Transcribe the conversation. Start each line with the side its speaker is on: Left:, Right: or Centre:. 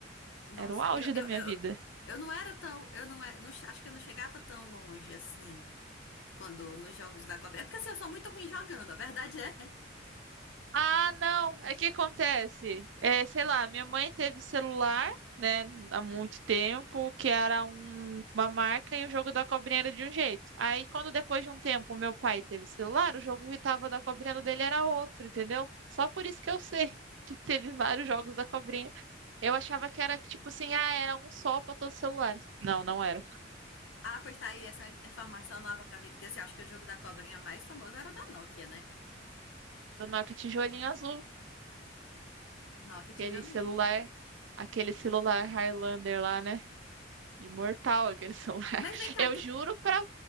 Left: Nossa,
Right: Era o auge
Left: eu,
Right: da
Left: eu,
Right: minha
Left: eu,
Right: vida.
Left: eu não era tão. Eu não, é- não, che- acho que eu não chegava tão longe assim. Quando nos jogos da cobrinha. É porque assim, eu sou muito ruim jogando, a verdade é.
Right: Ah, não, é que acontece. É, sei lá, minha mãe teve celular, né, há muito tempo, que era um- uma marca e o jogo da cobrinha era de um jeito. Aí, quando depois de um tempo meu pai teve celular, o jogo que tava da cobrinha do dele era outro, entendeu? Só por isso que eu sei <laughs> que teve vários jogos da cobrinha. Eu achava que era tipo assim, ah, era um só para todos os celulares. Não, não era.
Left: Ah, pois tá aí essa informação nova pra mim, porque assim, eu acho que o jogo da cobrinha mais famoso era o da Nokia, né?
Right: Do Nokia tijolinho azul,
Left: Nokia
Right: aquele
Left: tijolinho.
Right: celular, aquele celular Highlander lá, né? Imortal aquele <laughs> celular.
Left: Mas vem cá,
Right: Eu
Left: tu.
Right: juro pra,